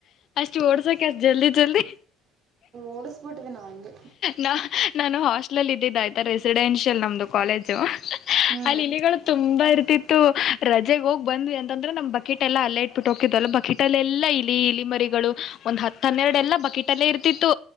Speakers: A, on the left; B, on the right.
A: ಚೋಡಸಕ್ಯ ಜಲ್ದಿ ಜಲ್ದಿ
B: ಓಡಿಸ್ಬಿಟ್ಟಿದೀನಿ ಅಂಗೆ
A: ನಾ ನಾನು ಹಾಸ್ಟಲಲ್ ಇದ್ದಿದ್ದ ಆಯ್ತಾ ರೆಸಿಡೆನ್ಷಿಯಲ್ ನಮ್ದು ಕಾಲೇಜು
B: ಹ್ಞೂ
A: ಅಲ್ಲಿ ಇಲಿಗಳು ತುಂಬಾ ಇರ್ತಿತ್ತು ರಜೆಗ್ ಹೋಗ್ ಬಂದ್ವಿ ಅಂತಂದ್ರೆ ನಮ್ ಬಕೆಟ್ ಎಲ್ಲ ಅಲ್ಲ ಇಟ್ಬಿಟ್ಟು ಹೋಗತ್ ಅಲ್ಲ ಬಕೆಟ್ ಹೋಟಲ್ ಎಲ್ಲಾ ಇಲಿ ಇಲಿ ಮರಿಗಳು ಒಂದ್ ಹತ್ತ ಹನ್ನೆರಡೆ ಎಲ್ಲ ಬಕೆಟ್ ಅಲ್ಲೇ ಇರ್ತಿತ್ತು